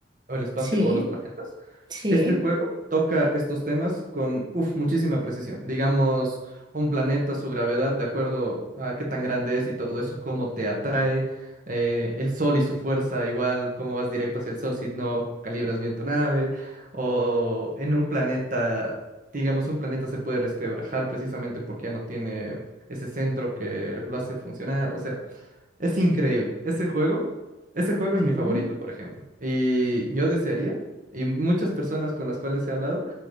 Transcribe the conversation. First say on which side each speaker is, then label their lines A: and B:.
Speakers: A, on the right; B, on the right.
A: o el espacio,
B: sí,
A: o los planetas.
B: sí.
A: Este juego toca estos temas con, uf, muchísima precisión. Digamos, un planeta, su gravedad, de acuerdo a qué tan grande es y todo eso, cómo te atrae, eh, el sol y su fuerza, igual cómo vas directo hacia el sol si no calibras bien tu nave, o en un planeta, digamos, un planeta se puede resquebrajar precisamente porque ya no tiene ese centro que lo hace funcionar. O sea, es increíble. Ese juego, ese juego
B: ujú.
A: es mi favorito, por ejemplo. Y yo desearía, y muchas personas con las cuales he hablado,